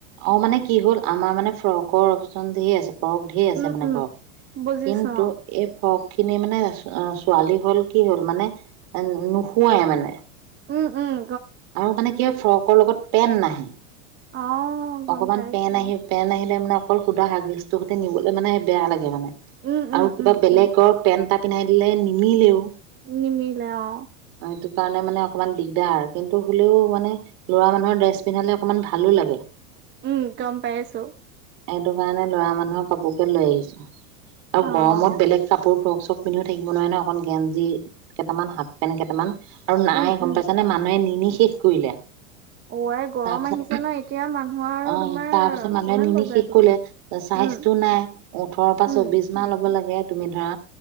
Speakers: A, on the right; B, on the right.
A: অ' মানে কি হ'ল আমাৰ মানে ফ্ৰকৰ অপচন ধেই আছে। ফৰক ঢেই আছে
B: উম,
A: মানে
B: উম,
A: ঘৰত
B: বুজিছো
A: কিন্তু
B: অ',
A: এই ফক খিনি মানে ছোৱালী হ'ল কি হ'ল মানে নোশোৱাই মানে।
B: উম-উম,
A: অ মানে কিয় ফ্ৰক। ফৰকৰ লগত পেন নাহে।
B: অ', গম
A: অকমান
B: পাইছো।
A: পেন আহি পেন আহিলে মানে। অকল সুধা হাগিছ টো গতে নিবলৈ মানে বেয়া লাগে মানে।
B: উম, উম,
A: আৰু কিবা
B: উম,
A: বেলেগৰ
B: উম,
A: পেন্ট তাতঁ। পিন্ধাই দিলে নিমিলেওঁ।
B: নিমিলে অঁ
A: সেইটো কাৰণে মানে অকণমান দিগদাৰ কিন্তু হ'লেও মানে ল'ৰা মানুহৰ ড্ৰেছ পিন্ধালে অকণমান ভালো লাগে।
B: উম গম পাইছো।
A: এইটো কাৰণে লৰা মানুহৰ কাপোৰ কে লৈ আহিছো। আৰু
B: অ',
A: গৰমত বেলেগ কাপোৰ ফ্ৰক। চব পিন্ধিও থাকিব নোৱাৰে ন অকন গেঞ্জি কেইটামান হাফ পেন্ট কেইটামান। আৰু নাই
B: উম,
A: গম
B: উম।
A: পাইছানে মানুহে নিন হেষ । শেষ কৰিলে।
B: ওৱ এ গৰম
A: তাৰপিছত
B: আহিছে ন এতিয়া মানুহ। আৰু
A: অ
B: তোমাৰ
A: তাৰ পিছত মানুহে
B: কিমান
A: নিনি
B: বজাৰ
A: শেষ
B: কৰিব।
A: কৰিলে চাইজটো
B: উম,
A: নাই ওঠৰৰ পৰা
B: উম,
A: চৌবিশ মাহ লব লাগে। তুমি ধৰা।